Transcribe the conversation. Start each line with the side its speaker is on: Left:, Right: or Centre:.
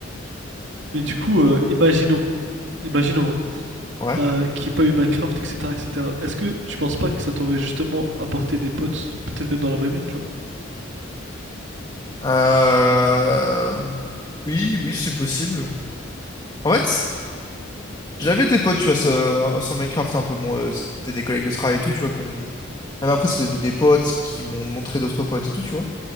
Right: mais du coup, euh, imaginons, imaginons, hein,
Left: ouais.
Right: euh, qu'il n'y ait pas eu Minecraft, etc., etc. Est-ce que tu penses pas que ça t'aurait justement apporté des potes, peut-être même dans la vraie vie, tu vois?
Left: Euh, Oui, oui, c'est possible. En fait, j'avais des potes, tu vois, sur, sur Minecraft un peu. Bon, euh, c'était des collègues de travail et tout, tu vois, qu'on... Même après, c'est devenu des potes qui m'ont montré d'autres potes et tout, tu vois.